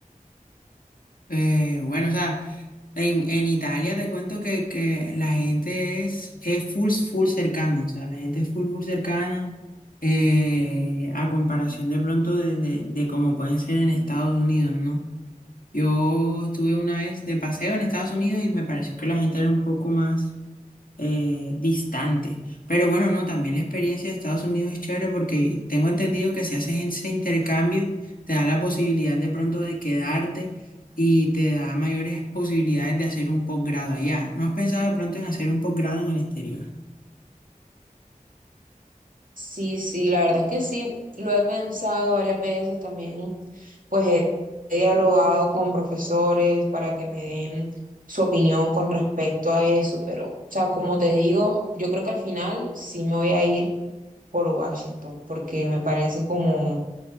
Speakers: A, on the left; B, on the right.
A: Eh, bueno, o sea, en, en Italia te cuento que, que la gente es, es full, full cercana, o sea, la gente es full, full cercana. eh, a comparación de pronto de, de, de como pueden ser en Estados Unidos, ¿no? Yo estuve una vez de paseo en Estados Unidos y me pareció que la gente era un poco más eh, distante. Pero bueno, no, también la experiencia de Estados Unidos es chévere porque tengo entendido que si haces ese intercambio, te da la posibilidad de pronto de quedarte y te da mayores posibilidades de hacer un posgrado allá. ¿No has pensado de pronto en hacer un posgrado en el exterior?
B: Sí, sí, la verdad es que sí, lo he pensado varias veces también, pues he, he dialogado con profesores para que me den su opinión con respecto a eso, pero, o sea, como te digo, yo creo que al final sí me voy a ir por Washington, porque me parece como,